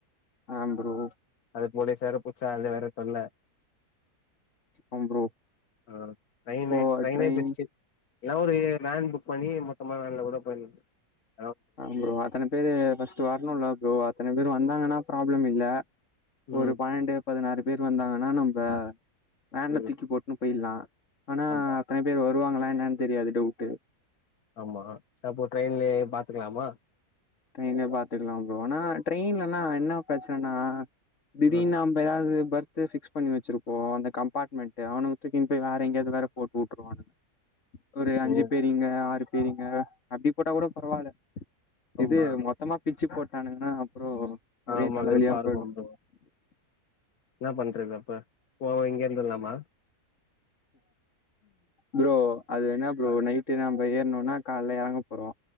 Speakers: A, on the left; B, on the left.
A: ஆ ப்ரோ
B: அதுக்கு மொதலே சேர பிரிச்சா அது வேற தொல்ல
A: ஆ ப்ரோ
B: ஆ ட்ரெயினே
A: இப்போ
B: ட்ரெயினே
A: ட்ரெயின்
B: பெஸ்ட்டு இல்ல ஒரு வேன் புக் பண்ணி மொத்தமா வேன்ல கூட போயிடலா
A: ஆ ப்ரோ அத்தன பேரு ஃபஸ்ட்டு வரணும்ல்ல ப்ரோ அத்தன பேரு வந்தாங்கன்னா ப்ராப்ளம் இல்ல
B: ம்
A: ஒரு பன்னெண்டு பதினாறு பேர் வந்தாங்கன்னா நம்ப வேன்ல
B: ம்
A: தூக்கி போட்டுன்னு போய்ட்லா ஆனா
B: ஆமா
A: அத்தன பேர் வருவாங்களா என்னன்னு தெரியாது டவ்ட்டு
B: ஆமா சப்போ ட்ரெயின்லே பாத்துக்கலாமா
A: ட்ரெயின்லே பாத்துக்கலாம் ப்ரோ ஆன ட்ரெயின்லனா என்ன பிரச்சனன்னா திடீர்னு
B: ம்
A: எப்ப எதாவது பெர்த்து ஃபிக்ஸ் பண்ணி வச்சிருப்போ அந்த கம்பார்ட்மெண்ட்டு அவனுக்கு தூக்கி போய் வேறு எங்கயாவது வேற போட்டு வுட்டுருவாங்க ஒரு அஞ்சு
B: ஓ
A: பேறிங்க ஆறு பேறிங்க அப்டி போட்டா கூட பரவால்ல
B: ஆமா
A: இது மொத்தமா பிரிச்சு போட்டானுன்னா அப்றோ ஒரே
B: ஆமா
A: தலவலியா
B: வெறுப்பா இருக்கும்
A: போய்டு
B: ப்ரோ என்ன பண்றது அப்ப போவ இங்கேருந்துறலாமா
A: ப்ரோ அது என்ன ப்ரோ
B: அ
A: நைட்டு என்ன ப்ரோ இப்ப ஏறணோம்ன்னா காலைல இறங்க போறோ